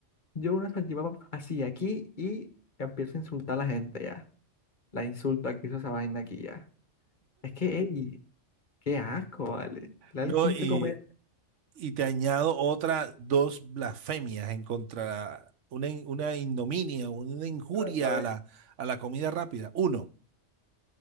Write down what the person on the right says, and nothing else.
No,
y,
y te añado otras dos blasfemias en contra, una, in- una ignominia, una injuria
a la, a la comida rápida. Uno,